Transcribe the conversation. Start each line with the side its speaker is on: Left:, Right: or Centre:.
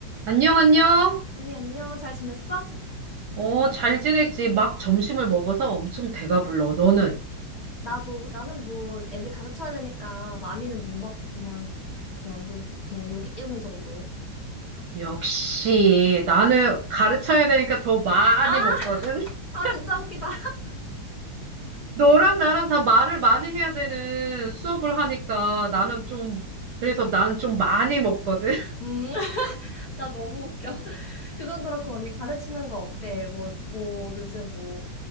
Right: 안녕, 안녕.
Left: 언니, 안녕. 잘 지냈어?
Right: 어, 잘 지냈지? 막 점심을 먹어서 엄청 배가 불러. 너는?
Left: 나도, 나는 뭐, 애들 가르쳐야 되니까 많이는 못 먹고, 그냥, 그냥 여기, 그냥 여기 때우는 정도.
Right: 역시, 나는 가르쳐야 되니까 더 많이
Left: 아!
Right: 먹거든? <laughs>
Left: 아, 진짜 웃기다.
Right: 너랑 나랑 다 말을 많이 해야 되는 수업을 하니까 나는 좀, 그래서 나는 좀 많이 먹거든? <laughs>
Left: 음, <laughs> 나 너무 웃겨. 그건 그렇고, 언니 가르치는 거 어때? 뭐, 뭐, 요즘 뭐,